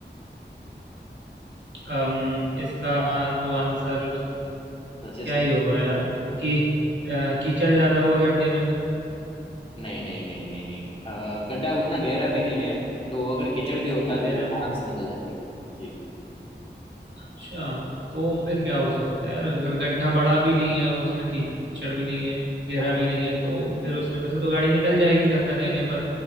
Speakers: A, on the right; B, on the left.
A: अम, इसका तो आंसर
B: सोचे
A: क्या
B: सोच
A: ही होगा यार कि अ, कीचड़ ज्यादा हुआ गड्ढे में
B: नहीं नहीं नहीं नहीं अ, गड्ढा उतना गहरा भी नहीं है तो अगर कीचड़ भी होता
A: अच्छा
B: तो
A: गहरा
B: वो आराम
A: भी
B: से निकल जाती जी
A: अच्छा तो फिर क्या हो सकता है यार अगर गड्ढा बड़ा भी नहीं है और उसमें कीचड़ भी नहीं है गहरा
B: हाँ
A: भी नहीं है तो फिर उसमें से तो गाड़ी निकल जाएगी धक्का देने पर